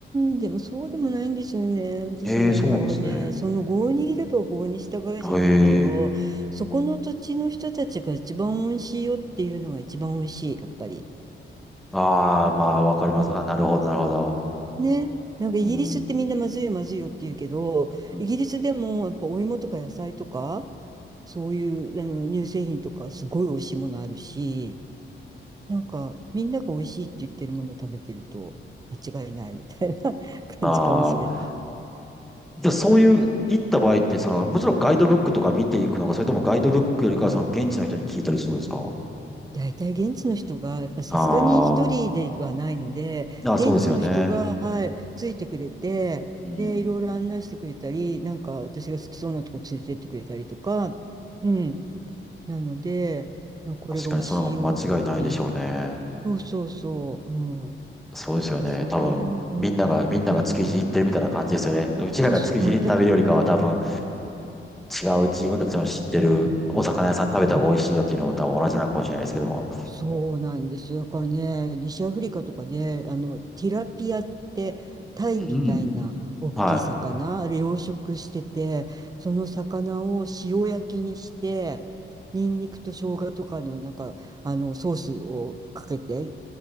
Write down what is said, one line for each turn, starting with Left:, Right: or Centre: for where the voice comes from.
Right: ん、でもそうでもないんですよね。私ね、
Centre: ええそうなんですね。
Right: なんかね、その郷にいれば郷に従えじゃないけど、
Centre: ええ
Right: そこの土地の人たちが一番美味しいよっていうのが一番美味しい、やっぱり。
Centre: ああ、まあ、わかります。
Right: うん。
Centre: あ、なるほど、なるほど。
Right: ね。なんかイギリスってみんなまずいよまずいよって言うけど、
Centre: うんうん
Right: イギリスでもやっぱお芋とか野菜とか、そういうあの乳製品とかすごい美味しいものあるし、なんかみんなが美味しいって言ってるものを食べてると間違いないみたいな <laughs>
Centre: ああ、
Right: 感じかもしれない。
Centre: じゃあそういう、行った場合って、その、もちろんガイドブックとか見ていくのか、それともガイドブックよりかは、その現地の人に聞いたりするんですか
Right: 大体現地の人が、やっぱさすがに一人ではないので、
Centre: ああ、あ、
Right: 現地の人が、
Centre: そうですよね。
Right: はい、ついてくれて、
Centre: うん。
Right: で、いろいろ案内してくれたり、なんか私が好きそうなとこ連れてってくれたりとか、うん。なので、なんかこれが美味しいよとかっていうの。
Centre: 確かにその方が間違いないでしょうね。
Right: そうそうそう、うん。
Centre: そうですよね。
Right: ですね。
Centre: 多分、
Right: うん。
Centre: みんなが、みんなが築地行ってるみたいな感じですよね。
Right: え
Centre: うちらが築地に行って食べるよりかは、
Right: そうそう、うん。だ、
Centre: 多分、違う自分たちの知ってるお魚屋さん食べた方が美味しいよっていうのも多分同じなのかもしれないですけども。
Right: うん。そうなんですよ。だからね、西アフリカとかで、あの、ティラピアって、タイみたいな大きい魚、
Centre: うん。は
Right: あれ養殖してて、その魚を塩焼きにして、ニンニクと生姜とかの、なんか、あの、ソースをかけて、